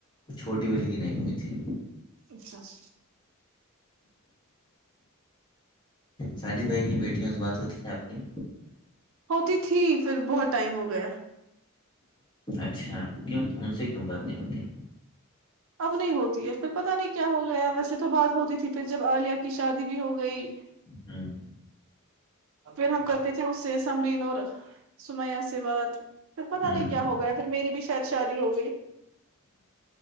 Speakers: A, on the left; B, on the right.
A: چھوٹی بلی کی نہیں ہوئی تھی
B: اچھاچ
A: شادد بھائی کی بیٹٹیوں سے بات ہوتی ہے آپ کی
B: ہوتی تھی پھر بہت ٹائم ہو گیا
A: اچھا کیوں ان سے کیوں بات نہیں ہوتی
B: اب نہیں ہوتی ہے پھر پتا نہیں کیا ہو گیا ویسے تو بات ہوتی تھی پھر جب علیہ کی شادی بھی ہو گئی
A: ہوں
B: پھر ہم کرتے تھے اس سے سمرین اور سمیا سے بات پھر پتا
A: ہوں
B: نہیں کیا ہو گیا پھر میری بھی شاید شادی ہو گئی